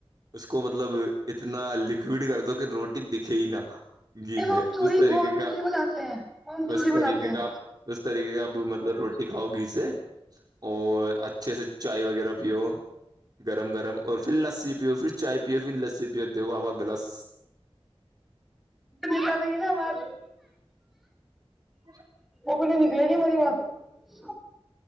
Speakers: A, on the right; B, in the centre.
A: اس کو مطلب اتنا لکھ کیڈ کر دو کہ روٹی دکھے ہی نہ
B: نہیں
A: گھی
B: وہ
A: میں
B: ہم چوری
A: اس طریقے
B: وہ ہم
A: کا
B: چوری بناتے ہیں وہ ہم چوری
A: اس طریقے
B: بناتے ہیں
A: کا آپ اس طریقے کا اپ مطلب روٹی کھاؤ گھی سے اور اچھے سے چائے وغیرہ پیو گرم گرم اور پھر لسی پیو پھر چائے پیو پھر لسی پیو دیکھو آپ گلس
B: نکالیں گی نا آواز
A: ہاں
B: خود ہی نکلے گی مری بات